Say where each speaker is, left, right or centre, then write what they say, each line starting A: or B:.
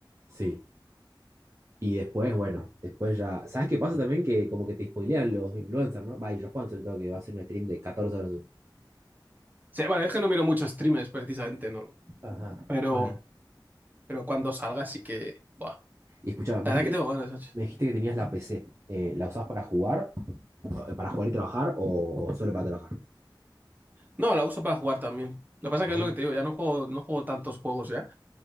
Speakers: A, on the right; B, on the right.
A: sí. Y después, bueno, después ya. ¿Sabes qué pasa también? Que como que te spoilean los influencers, ¿no? Va, y yo Juan, sobre todo, que va a hacer un stream de catorce horas.
B: Sí, bueno, es que no miro muchos streamers, precisamente, ¿no?
A: Ajá,
B: Pero,
A: bueno.
B: pero cuando salga sí que... Buah.
A: Y escuchaba, me
B: La
A: dijiste,
B: verdad que tengo ganas, macho.
A: me dijiste que tenías la PC. Eh, ¿la usás para jugar? eh, ¿Para jugar y trabajar o solo para trabajar?
B: No, la uso para jugar también. Lo que pasa
A: Ajá,
B: que es lo que te digo, ya no juego, no juego tantos juegos ya,